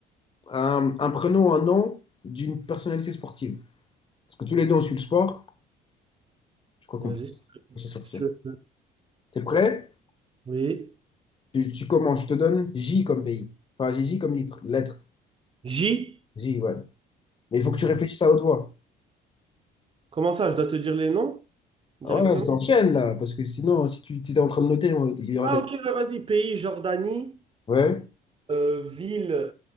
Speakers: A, on the left (about 30°); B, on the right (about 30°).
A: un, un prénom, un nom d'une personnalité sportive. Parce que tous les deux, on suit le sport. Je crois qu'on
B: Vas-y,
A: peut s'en sortir.
B: si tu veux.
A: T'es prêt?
B: Oui.
A: Tu, tu commences. Je te donne J comme pays. Enfin, j'ai J comme litre- lettre.
B: J.
A: J, ouais. Mais il faut que tu réfléchisses
B: Ouais.
A: à haute voix.
B: Comment ça, je dois te dire les noms directement?
A: Ah Ouais, ouais, t'enchaînes là. Parce que sinon, si tu si t'es en train de noter, on- il y aura
B: Ah,
A: des.
B: ok, ouais, vas-y. Pays, Jordanie.
A: Ouais.
B: Euh, ville,